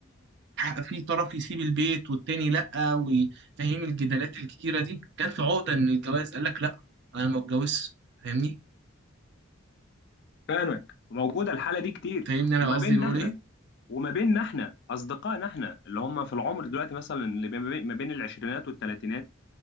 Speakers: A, on the right; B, on the left.
A: وفي طرف يسيب البيت والتاني لأ وفاهم الجدالات الكتيرة دي جات له عقدة من الجواز قال لك لأ أنا ما اتجوزش فاهمني
B: فاهمك وموجودة الحالة دي كتير
A: فاهمني
B: وما
A: أنا قصدي
B: بيننا
A: بقول
B: إحنا
A: إيه؟
B: وما بيننا إحنا أصدقائنا إحنا اللي هم في العمر دلوقتي مثلا اللي بي- بي- ما بين العشرينات والثلاثينات